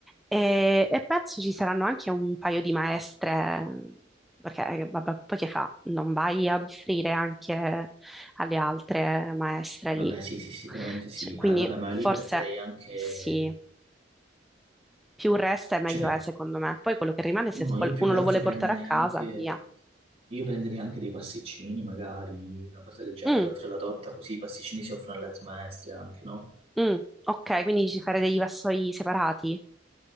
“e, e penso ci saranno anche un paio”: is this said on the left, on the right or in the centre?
Centre